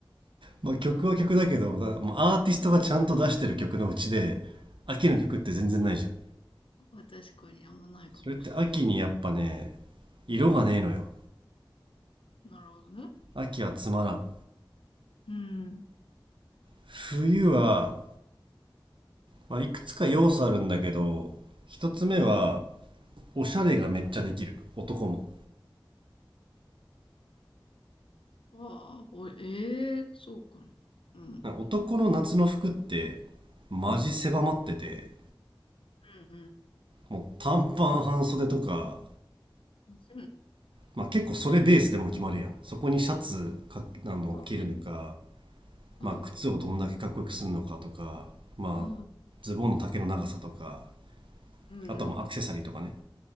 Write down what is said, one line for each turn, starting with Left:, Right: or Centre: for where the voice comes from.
Right: まあ、曲は曲だけど、だもうアーティストがちゃんと出してる曲のうちで、秋の曲って全然ないじゃん。
Left: あ、確かにあんまないかもし
Right: それって秋にやっぱね、色がねえのよ。
Left: れない。なるほどね。
Right: 秋はつまらん。
Left: うん。
Right: 冬はまあ、いくつか要素あるんだけど、一つ目は、おしゃれがめっちゃできる。男も。
Left: ああ、お、ええー、そうかな。うん。
Right: なんか男の夏の服って、マジ狭まってて、
Left: うん、うん。
Right: もう短パン半袖とか、
Left: うん。
Right: まあ結構それベースでも決まるやん。そこにシャツか、あの、
Left: そうね。
Right: 着るのか、
Left: うん。
Right: まあ靴をどんだけかっこよくするのかとか、まあ、
Left: うん。
Right: ズボンの丈の長さとか、
Left: うん、
Right: あとはもうアクセサリーとかね。
Left: うん。